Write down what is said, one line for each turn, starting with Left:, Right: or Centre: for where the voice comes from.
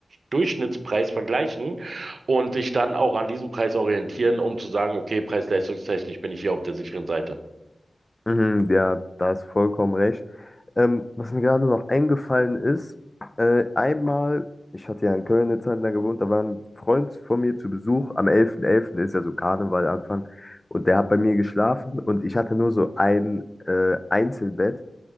Right: Durchschnittspreis vergleichen und dich dann auch an diesem Preis orientieren, um zu sagen, okay, preis-leistungstechnisch bin ich hier auf der sicheren Seite.
Left: Mhm. Ja, da hast du vollkommen recht. Ähm, was mir gerade noch eingefallen ist, äh, einmal, ich hatte ja in Köln eine Zeit lang gewohnt, da war ein Freund von mir zu Besuch. Am elften, elften ist ja so Karneval Anfang. Und der hat bei mir geschlafen und ich hatte nur so ein äh, Einzelbett.